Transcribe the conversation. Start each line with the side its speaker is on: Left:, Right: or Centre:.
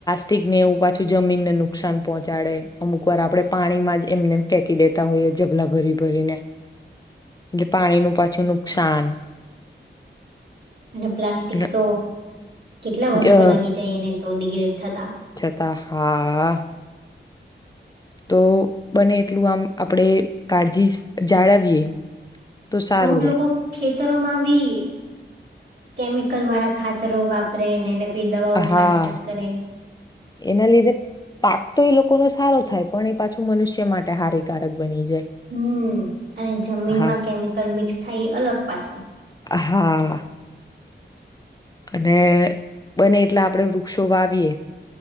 Left: આસ્તિકને એવું પાછું જમીનને નુકસાન પહોંચાડે અમુક વાર આપણે પાણીમાં જ એમને ફેંકી દેતા હોઈએ જબલા ભરી ભરીને એટલે પાણીનું પાછું નુકસાન
Right: અને પ્લાસ્ટિક
Left: અને
Right: તો કેટલા વર્ષો
Left: અ
Right: લાગી જાય એને તો ડિગ્રેડ થતા
Left: હ હા તો બને એટલું આમ આપણેે કાળજી જાળવીએ તો સારું
Right: અમુક
Left: રે
Right: લોકો ખેતરોમાં બી કેમિકલ વાળા ખાતરો વાપરે નેને રી દવાઓ
Left: હા
Right: છાંટછાંટ કરે
Left: એના લીધે પાક તો એ લોકો નો સારો થાય પણ એ પાછું મનુષ્ય માટે હાનિકારક બની જાય
Right: હમ અને જમીનમાં
Left: હા
Right: કેમિકલ મિક્સ થાય એ અલગ પાછો
Left: હા અને બને એટલે આપણેે વૃક્ષો વાવીએે